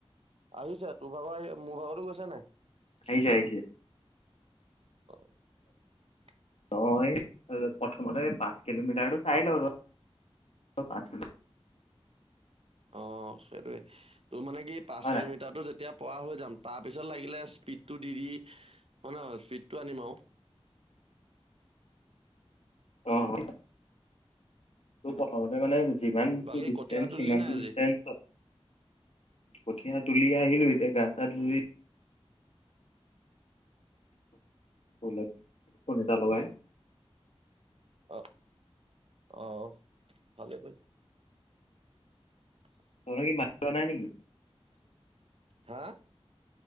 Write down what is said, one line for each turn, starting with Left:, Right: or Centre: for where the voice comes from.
Right: আহিছে তোৰ ভাগৰ আহি মোৰ ভাগতো গৈছে নাই?
Left: আহিছে আহিছে।
Right: <unintelligible>
Left: অ এই প্ৰথমতে পাঁচ কিলোমিটাৰটো চাই লওঁ ৰ, পাচ কিলো
Right: অ সেইটোৱে, তোৰ মানে কি পাঁচ
Left: হয় নাই?
Right: কিলোমিটাৰটো যেতিয়া পৰা হৈ যাম তাৰ পিছত লাগিলে স্পীডটো দি দি হয় ন স্পীডটো আনিম আও
Left: অ অ। তো প্ৰথমতে মানে যিমানটো
Right: উম বাকী
Left: ডিচটেন্স
Right: কঠীয়া তুলিলি
Left: সিমানটো
Right: নাই আজি
Left: ডিচটেন্সত কঠীয়া তুলি আহিলো, এতিয়া গা চা ধুই তোলে, ফোন এটা লগাই
Right: অ, অ অ ভালেই কৰি- <unintelligible>
Left: তহঁতে কি মাটি ৰুৱা নাই নেকি?
Right: হা?